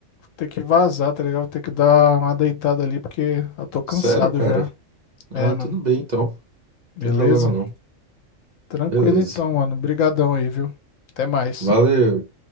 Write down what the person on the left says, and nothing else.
ter que vazar, tá ligado? Vou ter que dar uma deitada ali porque eu tô cansado
já. É,
mano.
Beleza?
Tranquilo
então, mano. Brigadão aí, viu? Até mais.